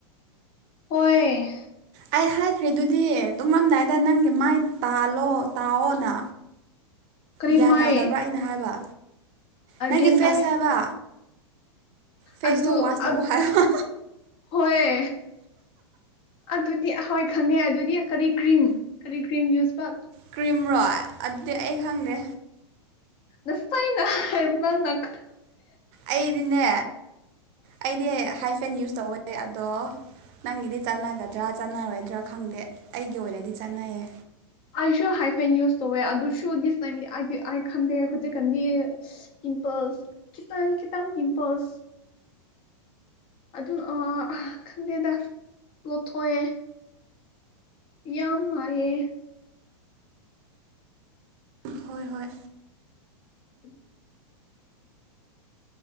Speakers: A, on the left; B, on the right.
A: ꯍꯣꯏ
B: ꯑꯩ ꯍꯥꯏꯈ꯭ꯔꯦ ꯑꯗꯨꯗꯤ ꯇꯨꯝꯉꯝꯗꯥꯏꯗ ꯅꯪꯒꯤ ꯃꯥꯏ ꯇꯥꯜꯂꯣ ꯇꯥꯑꯣꯅ
A: ꯀꯔꯤ
B: ꯒ꯭ꯌꯥꯟ
A: ꯃꯥꯏ
B: ꯇꯥꯗꯕ꯭ꯔꯥ ꯑꯩꯅ ꯍꯥꯏꯕ ꯅꯪꯒꯤ
A: ꯒ꯭ꯌꯥꯟ
B: ꯐꯦꯁ
A: ꯇꯥꯏ
B: ꯍꯥꯏꯕ ꯐꯦꯁꯇꯣ
A: ꯑꯗꯨ
B: ꯋꯥꯁ ꯇꯧ
A: ꯑꯗ
B: ꯍꯥꯏꯕ
A: ꯍꯣꯏ ꯑꯗꯨꯗꯤ ꯑꯍꯣꯏ ꯈꯪꯉꯦ ꯑꯗꯨꯗꯤ ꯀꯔꯤ ꯀ꯭ꯔꯤꯝ ꯀꯔꯤ ꯀ꯭ꯔꯤꯝ ꯌꯨꯁꯄ
B: ꯀ꯭ꯔꯤꯝꯔꯣ ꯑꯗꯨꯗꯤ ꯑꯩ ꯈꯪꯗꯦ
A: ꯅꯥꯁꯥꯅ ꯍꯥꯏꯕ ꯅꯪ
B: ꯑꯩꯗꯤꯅꯦ ꯑꯩꯗꯤ ꯍꯥꯏ ꯐꯦꯟ ꯌꯨꯁ ꯇꯧꯋꯦ ꯑꯗꯣ ꯅꯪꯒꯤꯗꯤ ꯆꯥꯅꯒꯗ꯭ꯔꯥ ꯆꯥꯟꯔꯣꯏꯗ꯭ꯔꯥ ꯈꯪꯗꯦ ꯑꯩꯒꯤ ꯑꯣꯏꯅꯗꯤ ꯆꯠꯅꯩꯌꯦ
A: ꯑꯩꯁꯨ ꯍꯥꯏꯐꯦꯟ ꯌꯨꯁ ꯇꯧꯋꯦ ꯑꯗꯨꯁꯨ ꯗꯤꯁ ꯇꯥꯏꯝꯗꯤ ꯑꯩꯗꯤ ꯑꯩ ꯈꯟꯗꯦ ꯍꯧꯖꯤꯛꯀꯥꯟꯗꯤ ꯄꯤꯝꯄꯜꯁ ꯀꯈꯤꯇꯪ ꯀꯈꯤꯇꯪ ꯄꯤꯝꯄꯜꯁ ꯑꯗꯝ ꯑ ꯈꯟꯗꯦꯗ ꯂꯧꯊꯣꯛꯑꯦ ꯌꯥꯝ ꯅꯥꯏꯌꯦ
B: ꯍꯣꯏ ꯍꯣꯏ
A: ꯎꯝ